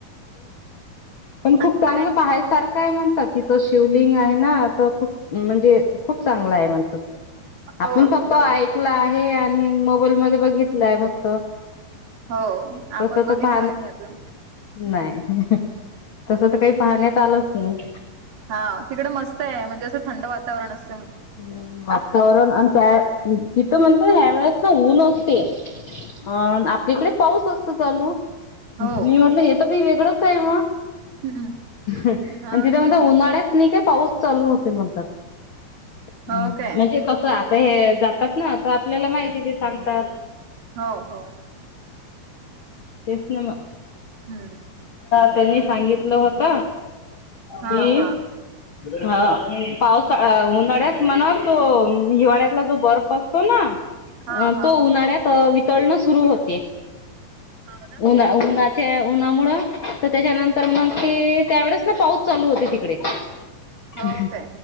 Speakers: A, on the left; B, on the right.
A: पण खूप
B: आणखी
A: चांगलं
B: काय नाही
A: पाहण्यासारखं काय म्हणतात तिथ शिवलिंग आहे ना तर खूप म्हणजे खूप चांगला आहे म्हणतात.
B: हो
A: आपण फक्त
B: तिथं
A: ऐकला आहे आणि मोबाईल मध्ये बघितलं आहे फक्त.
B: हो आपण
A: तस तर
B: बघितलंच
A: पाहण.
B: नाही अजून
A: नाही तस तर काही पाहण्यात आलंच नाही.
B: हा तिकडे मस्त आहे म्हणजे असं थंड वातावरण अस
A: आणि वातावरण आणि त्या तिथं म्हणत ह्या वेळेस ना ऊन असते अ आपलीकडे पाऊस असते. चालू मी
B: हो
A: म्हटलं हे तर वेगळंच आहे मग?
B: हं.
A: आणि
B: हो
A: तिथे
B: ना
A: म्हणत उन्हाळ्यात का पाऊस चालू होते म्हणतात म्हणजे
B: हो काय
A: कस आता हे जातात ना तर आपल्याला माहिती सांगतात.
B: हो हो
A: तेच नाम
B: हम्म
A: त्यांनी सांगितलं होत
B: हा
A: कि
B: हा
A: ह पावसा उन्हाळ्यात म्हणा तो हिवाळ्यातला जो बर्फ असतो ना.
B: हा
A: अ
B: हा
A: तो उन्हाळ्यात वितळणं सुरु होते
B: हो ना
A: उन्हा उन्हा उन्हामुळ तर त्याच्यानंतर मग ते त्यावेळेस ना पाऊस चालू होते तिकडे. क
B: हो काय